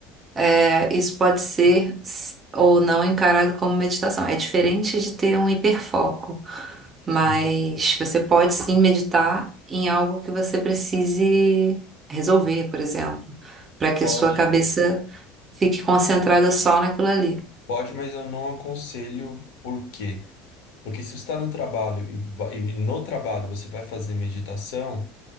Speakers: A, on the right; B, on the left.
A: é, isso pode ser s- ou não encarado como meditação. É diferente de ter um hiperfoco, mas
B: Sim,
A: você pode sim meditar em algo que você precise resolver, por exemplo, para que
B: pode,
A: a sua cabeça fique concentrada só naquilo ali.
B: pode, mas eu não aconselho por quê? Porque se você está no trabalho e, vai- e no trabalho você vai fazer meditação,